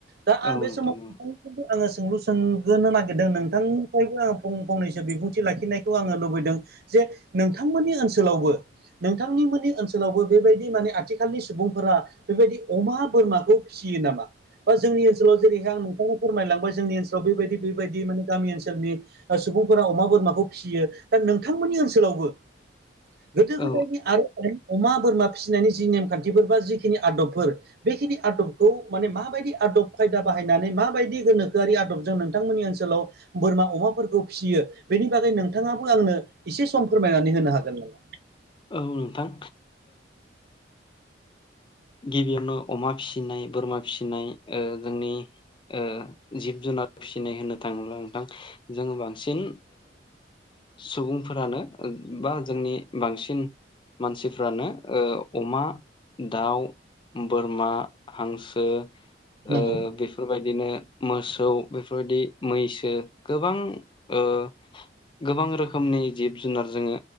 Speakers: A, on the right; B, on the left.
A: दा आं
B: औ
A: बे
B: नोंथां
A: समाव नोंथांखौबो
B: औ
A: आङो सोंलु सोंगोनो नागिरदों नोंथांनिफ्रायबो आङो फंनैसो बिबुंथि लाखिनायखौ आङो लुबैदों जे नोंथांमोननि ओनसोलावबो नोंथांनिमोननि ओनसोलावबो बेबायदि माने आथिखालनि सुबुंफोरा बेबायदि अमा बोरमाखौ फिसियो नामा? बा जोंनि ओनसोलाव जेरैहाय आं नोंथाङा फोरमायलांबाय जोंनि ओनसोलाव बेबायदि बेबायदि माने गामि ओनसोलनि सुबुंफोरा अमा बोरमाखौ फिसियो दा नोंथांमोननि ओनसोलावबो गोदो गोदायनि
B: औ
A: आरो अमा बोरमा फिसिनायनि जि नेमखान्थिफोर बा जिखिनि आदबफोर बेखिनि आदबखौ माने माबायदि आदब खायदा बाहायनानै माबायदि गोनोखोआि आदबजों नोंथांमोननि ओनसोलाव बोरमा अमाफोरखौ फिसियो बेनि बागै नोंथाङाबो आंनो एसे सम फोरमायनानै होनो हागोन नामा?
B: औ नोंथां गिबियावनो अमा फिसिनाय बोरमा फिसिनाय ओ जोंनि ओ जिब जुनार फिसिनाय होननो थाङोब्ला नोंथां जोङो बांसिन सुबुंफोरानो बा जोंनि बांसिन मानसिफ्रानो ओ अमा दाउ बोरमा हांसो
A: नंगौ
B: आ बि बेफोरबायदिनो मोसौ बेफोरबायदि मैसो गोबां ओ गोबां रोखोमनि जिब जुनार जोङो